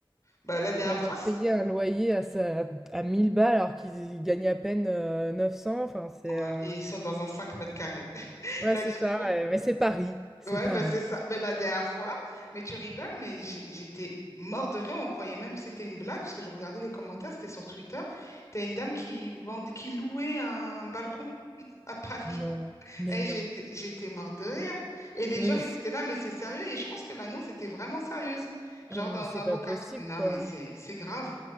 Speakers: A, on the left (about 30°); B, in the centre.
A: Bah, la dernière
B: quand ils
A: fois,
B: doivent
A: c-
B: payer un loyer à, sa- à 1000 balles alors qu'ils gagnent à peine euh, 900? Enfin, c'est...
A: ouais.
B: euh,
A: Et ils sont dans un 5 mètres carrés. <laughs>
B: Ouais,
A: La
B: c'est
A: dernière
B: ça,
A: fois,
B: ouais, mais c'est Paris, c'est
A: Ouais,
B: Paris.
A: ben c'est ça. Ben la dernière fois, mais tu rigoles, mais j'ai- j'étais mort de rire. On croyait même que c'était une blague parce que je regardais les commentaires, c'était sur Twitter. T'as une dame qui vendait, qui louait un balcon à Paris.
B: Non,
A: <laughs>
B: mais
A: Et
B: non,
A: j'étais, j'étais mort de rire. Et les
B: mais,
A: gens, ils
B: c-
A: étaient là, mais c'est sérieux. Et je pense que l'annonce était vraiment sérieuse. Genre
B: ah, mais
A: dans
B: c'est
A: un
B: pas
A: beau quartier.
B: possible,
A: Non,
B: quoi.
A: mais c'est, c'est grave.